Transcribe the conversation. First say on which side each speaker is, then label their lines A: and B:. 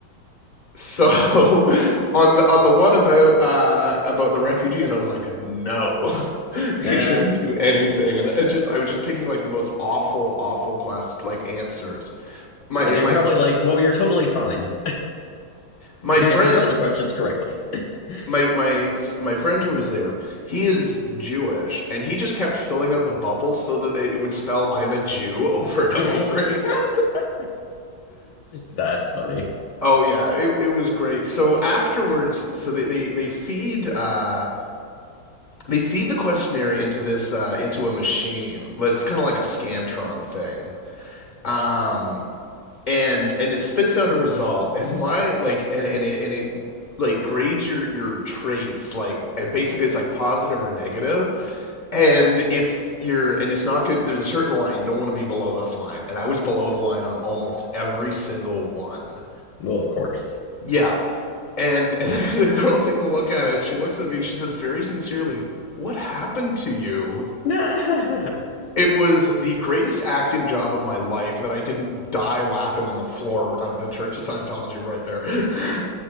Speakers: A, on the left (about 30°); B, on the left (about 70°).
A: So <laughs> on the on the one about uh, about the refugees, I was like, no, <laughs>
B: Nah.
A: he shouldn't do anything, and it just I was just picking like the most awful, awful quest like answers. My
B: And they
A: my
B: were probably like, well, you're totally fine.
A: my
B: You
A: friend.
B: answered all the questions correctly. <laughs>
A: My my my friend who was there, he is Jewish, and he just kept filling out the bubble so that it would spell "I'm a Jew" <laughs> over and
B: <laughs>
A: over again. <laughs>
B: That's funny.
A: Oh yeah, it it was great. So afterwards, so they they they feed uh they feed the questionnaire into this uh, into a machine. Well, It's kind of like a scantron thing, um, and and it spits out a result. And my like and, and it and it like grades your your traits like and basically it's like positive or negative. And if you're and it's not good, there's a certain line you don't want to be below this line. And I was below the line on almost every single one.
B: Well, of course.
A: Yeah. And, <laughs> and the girl takes a look at it. She looks at me and she says very sincerely, "What happened to you?"
B: <laughs>
A: It was the greatest acting job of my life that I didn't die laughing on the floor of the Church of Scientology right there. <laughs>